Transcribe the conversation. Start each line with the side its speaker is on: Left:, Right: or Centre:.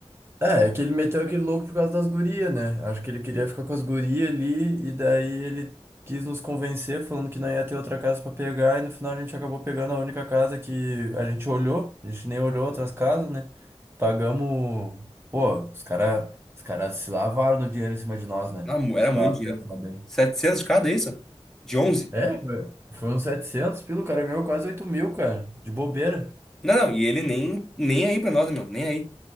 Right: É, é que ele meteu aquele louco por causa das gurias, né? Acho que ele queria ficar com as gurias ali, e daí ele quis nos convencer, falando que não ia ter outra casa pra pegar, e no final a gente acabou pegando a única casa que a gente olhou, a gente nem olhou outras casas, né? Pagamos. Pô, os caras os cara se lavaram no dinheiro em cima de nós, né?
Centre: Não, mu-
Right: Se
Centre: era
Right: parar
Centre: muito dinheiro.
Right: pra pensar bem.
Centre: 700 de cada, é isso? De 11?
Right: É, foi foi uns 700 pila, o cara ganhou quase 8 mil, cara, de bobeira.
Centre: Não, não, e ele nem, nem aí pra nós, meu, nem aí.